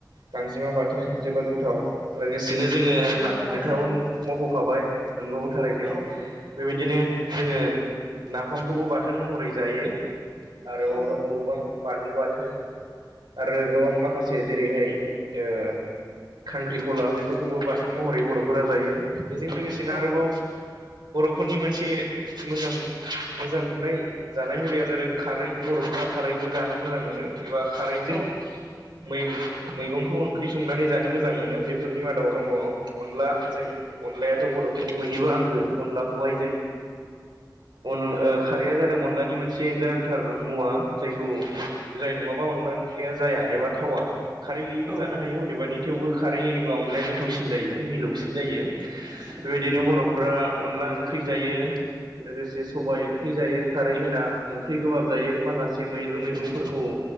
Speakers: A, on the right; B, on the right.
A: गांजेमा बाथोन जोबोद गोथाव लोगोसेनो जोङो
B: खुसेंग्रा
A: नोंथाङाबो
B: बाथोन
A: मावख'खाबाय नंगौ थारैनो
B: औ
A: बेबायदिनो जोङो नाफामखौबो बाथोन महरै जायो आरोबाव
B: औ
A: दङ गोबां बानलु बाथोन आरो गोबां माखासे जेरैहाय ओ खांख्रिखला बेफोरखौबो बाथोन महरै बर'फोरा जायो बेजों लोगोसेनो
B: औ
A: आरोबाव बर'फोरनि मोनसे मोजां मोजां मोननाय जानाय हुदाया जादों खारै बर'फोरा खारैखौ जानो मोजां मोनो एबा खारैजों
B: औ
A: मै मैगंखौ ओंख्रि संनानै जानो मोजां मोनो। बेफोरनि मादाव दङ अनला जों अनलायाथ' बर'फोरनि बयनिबो आंगो। अनलाखौहाय जों अन ओ खारैया जादों अनलानि मोनसे गोनांथार मुवा। जायखौ जायनो नङाबा अनला ओंख्रिया जाया एबा थावा। खारैबो
B: औ
A: जानो हायो अदेबानि थेवबो खारै होयोब्ला अनलाया गोथावसिन जायो मिलौसिन जायो। बेबायदिनो बर'फोरा अनला ओंख्रि जायो लोगोसे सबाय ओंख्रि जायो खारै होना ओंख्रि गोबाब जायो माखासे मैद्रु मैगंफोरखौ